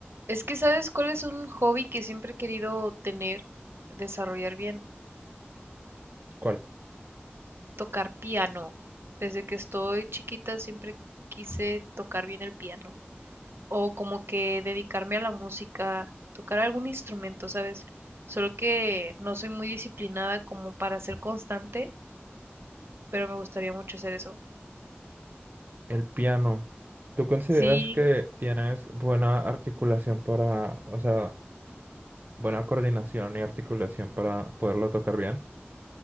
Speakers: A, on the right; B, on the right.
A: Es que, ¿sabes cuál es un hobby que siempre he querido tener, desarrollar bien?
B: ¿Cuál?
A: Tocar piano. Desde que estoy chiquita siempre quise tocar bien el piano. O como que dedicarme a la música, tocar algún instrumento, ¿sabes? Solo que no soy muy disciplinada como para ser constante, pero me gustaría mucho hacer eso.
B: El piano. ¿Tú consideras
A: Sí,
B: que tienes buena articulación para, o sea, buena coordinación y articulación para poderlo tocar bien?